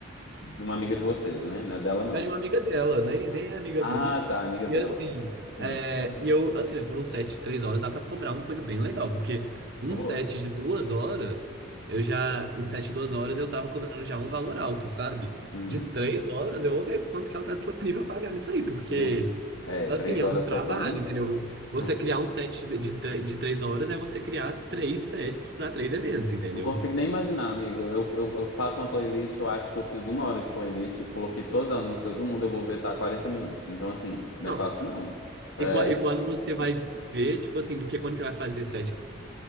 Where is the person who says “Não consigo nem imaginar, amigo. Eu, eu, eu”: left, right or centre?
Left